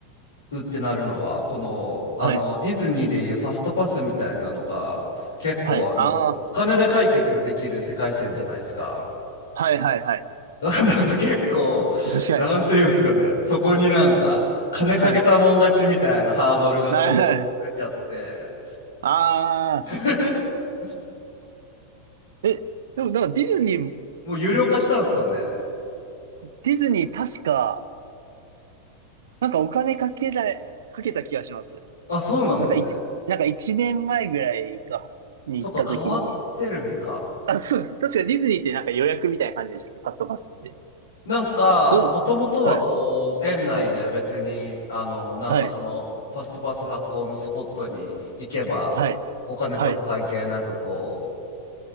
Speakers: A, on the left; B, on the right.
A: うってなるのはこのあのディズニーでいうファストパスみたいなのが結構あのお金で解決できる世界線じゃないですか。
B: はい。はい。ああ。はい、はい、はい。
A: だからなんか結構なんていうんですかねそこになんか金かけたもん勝ちみたいなハードルがこう出ちゃって
B: 確かに。はい。な <laughs> ああ。
A: <laughs>
B: え、でも、なんか、ディズニー、
A: もう有料化したんですかね
B: ディズニー、確か、なんかお金かけた、かけた気がします。
A: あ、そうなんですね。
B: なんか一、なんか一年前ぐらいか、に行った時に、
A: そっか、変わってるんか。
B: あ、そうです。確かディズニーってなんか予約みたいな感じでしたっけファストパスって。
A: なんか、
B: どん、
A: もともとはこう、
B: はい、
A: 園内で別に、あの、なんかその、
B: はい、
A: ファストパス発行のスポットに行けば、
B: はい、
A: お金とか関係なく、
B: はい。
A: こう、